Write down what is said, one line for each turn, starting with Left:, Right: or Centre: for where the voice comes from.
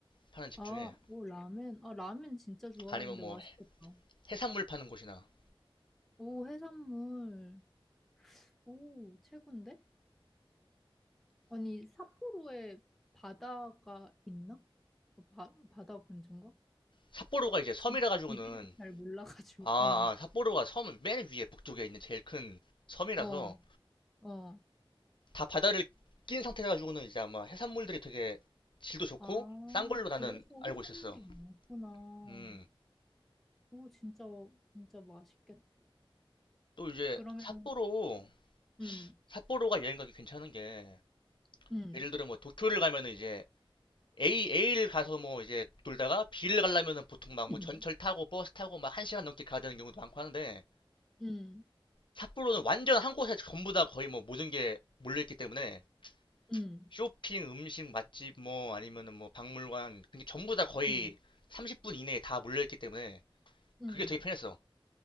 Left: 파는 집
Centre: 아,
Left: 중에
Centre: 오, 라멘. 아, 라멘 진짜 좋아하는데
Left: 아니면 뭐
Centre: 맛있겠다.
Left: 해산물 파는 곳이나
Centre: 오, 해산물. 오, 최고인데? 아니, 삿포로에 바다가 있나? 어, 바, 바다 근처인가?
Left: 삿포로가 이제 섬이라
Centre: 지-
Left: 가지고는
Centre: 지리를 잘 몰라가지고.
Left: 아, 아,
Centre: 어,
Left: 삿포로가 섬 맨 위에 북쪽에 있는 제일 큰 섬이라서
Centre: 어, 어.
Left: 다 바다를 낀 상태라 가지고는 이제 아마 해산물들이 되게 질도 좋고
Centre: 아,
Left: 싼 걸로
Centre: 그래서
Left: 나는
Centre: 해산물이
Left: 알고 있었어.
Centre: 많구나.
Left: 음,
Centre: 오, 진짜, 진짜 맛있겠다.
Left: 또 이제
Centre: 그러면은,
Left: 삿포로
Centre: 어, 음,
Left: 삿포로가 여행 가기 괜찮은 게
Centre: 음,
Left: 예를 들어 뭐 도쿄를 가면은 이제 A A를 가서 뭐 이제 돌다가 B를 가려면은 보통 막 뭐
Centre: 음,
Left: 전철 타고 버스 타고 막 한 시간 넘게 가야 되는 경우도 많고 하는데
Centre: 음,
Left: 삿포로는 완전 한 곳에 전부 다 거의 뭐 모든 게 몰려 있기 때문에
Centre: 음,
Left: 쇼핑, 음식, 맛집, 뭐, 아니면은 뭐, 박물관. 그게 전부 다 거의
Centre: 음,
Left: 30분 이내에 다 몰려있기 때문에
Centre: 음.
Left: 그게 되게 편했어.